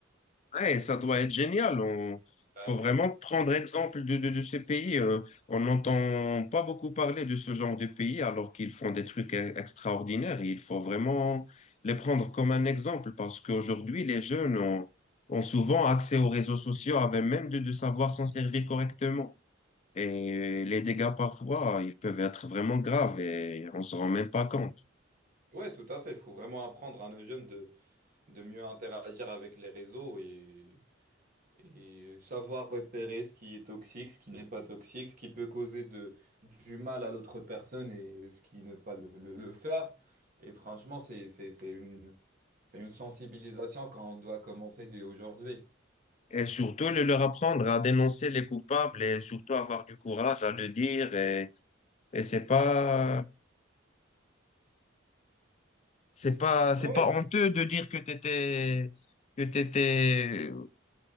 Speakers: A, on the left; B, on the right.
A: Ouais, ça doit être génial. On...
B: Ah
A: faut vraiment
B: oui.
A: prendre exemple de, de, de ces pays. euh, on n'entend pas beaucoup parler de ce genre de pays alors qu'ils font des trucs e- extraordinaires. Il faut vraiment les prendre comme un exemple parce qu'aujourd'hui, les jeunes ont, ont souvent accès aux réseaux sociaux avant même de, de savoir s'en servir correctement. Et les dégâts parfois, ils peuvent être vraiment graves et on se rend même pas compte.
B: Ouais, tout à fait. Il faut vraiment apprendre à nos jeunes de, de mieux interagir avec les réseaux et Et savoir repérer ce qui est toxique, ce qui n'est pas toxique, ce qui peut causer de, du mal à l'autre personne et ce qui ne pas le, le- le faire. Et franchement, c'est, c'est, c'est une, c'est une sensibilisation quand on doit commencer dès aujourd'hui.
A: Et surtout, le leur apprendre à dénoncer les coupables et surtout avoir du courage à le dire. Et Et c'est pas, c'est pas, c'est
B: Ouais,
A: pas
B: ouais.
A: honteux de dire que t'étais, que t'étais